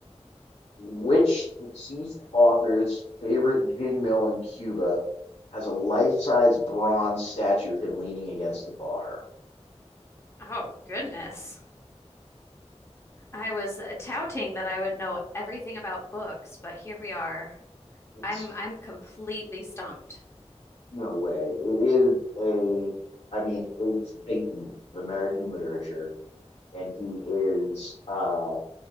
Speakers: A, on the left; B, on the left.
A: Which deceased author's favorite gin mill in Cuba has a life-size bronze statue of him leaning against the bar?
B: Oh, goodness. I was uh, touting that I would know everything about books, but here we are.
A: It's
B: I'm I'm completely stumped.
A: no way. It is a, I mean, it's Peyton of American literature, and
B: Mhm.
A: he is uh,